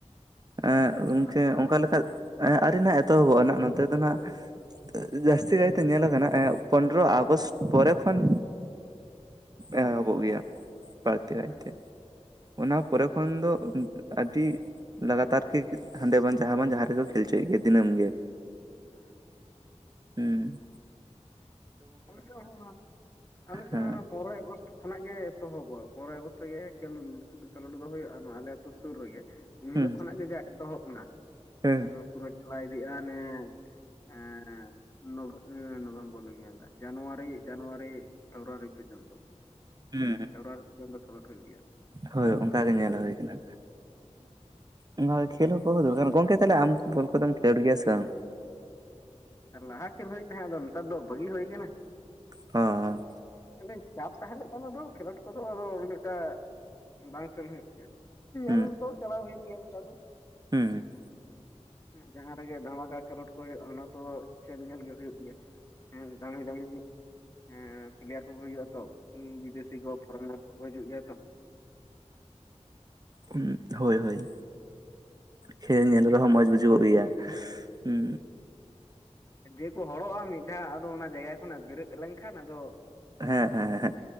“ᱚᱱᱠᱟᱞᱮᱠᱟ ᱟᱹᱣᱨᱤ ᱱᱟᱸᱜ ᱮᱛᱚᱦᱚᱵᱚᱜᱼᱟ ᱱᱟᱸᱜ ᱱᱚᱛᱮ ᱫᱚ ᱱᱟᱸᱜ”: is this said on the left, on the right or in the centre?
Right